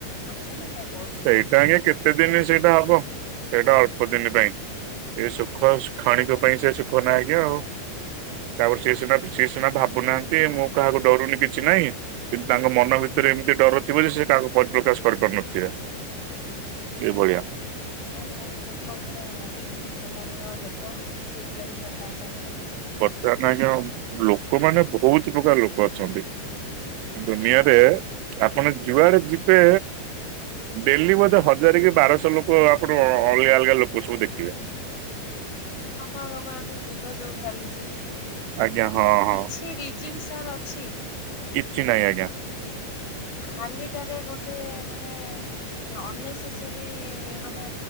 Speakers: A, on the left; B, on the right.
A: ଅଛନ୍ତି <unintelligible> ନ
B: ସେଇଟା ଆଜ୍ଞା କେତେ ଦିନ ସେଇଟା ହବ ସେଇଟା ଅଳ୍ପ ଦିନ ପାଇଁ ସେ ସୁଖ କ୍କ୍ଷଣିକ ପାଇଁ ସେ ସୁଖ ନାଁ ଆଜ୍ଞା ଆଉ ତାପରେ ସିଏ ସିନା ସିଏ ସିନା ଭାବୁନାହାନ୍ତି ମୁଁ କାହାକୁ ଡରୁନି କିଛି ନାହିଁ କିନ୍ତୁ ତାଙ୍କ ମନ ଭିତରେ ଏମିତି ଡର ଥିବ ଯେ ସେ କାହାକୁ ପରିପ୍ରକାଶ କରିପାରୁ ନଥିବେ କେ ଭଳିଆ
A: ସେ ସାର୍ ଲୋକପରା ବିଭିନ୍ନ ପ୍ରକାରର ଲୋକ କହ ମୁଁ ସେଇଥିଲାଗି ସାର୍ କାହା ସାଙ୍ଗରେ ମିଶେନି
B: ନାହିଁ ଆଜ୍ଞା ଲୋକମାନେ ବହୁତ ପ୍ରକାର ଲୋକ ଅଛନ୍ତି ଏ ଦୁନିଆରେ
A: ଆଜ୍ଞା
B: ଆପଣ ଜୁଆଡେ ଯିବେ ଡେଲି ବୋଧେ ହଜାର କି ବାରଶହ ଲୋକ ଆପଣ ଅଲଗା ଅଲଗା ଲୋକ ସବୁ ଦେଖିବେ
A: ଆପଣ ଯୋଉ କରନ୍ତି ଯୁଦ୍ଧ ଯୋଉ ଚାଲିଛି
B: ଆଜ୍ଞା ହଁ ହଁ
A: କିଛି ରିଜିନ୍ ସାର୍ ଅଛି?
B: କିଛି ନାହିଁ ଆଜ୍ଞା।
A: ଖାଲିଟାରେ ଗୋଟେ ମାନେ ଅନେସେରୀ ମାନେ